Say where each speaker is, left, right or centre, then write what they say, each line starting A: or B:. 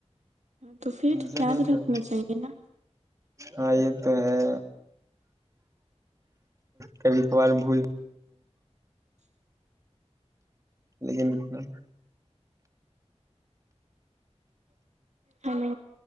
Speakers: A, on the right; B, on the right.
A: ہاں تو پھر
B: دوسرا
A: یاد
B: کہیں تو
A: رکھنا چاہیے نا
B: ہاں یہ تو ہے کبھی ا بول لیکن انا
A: ہم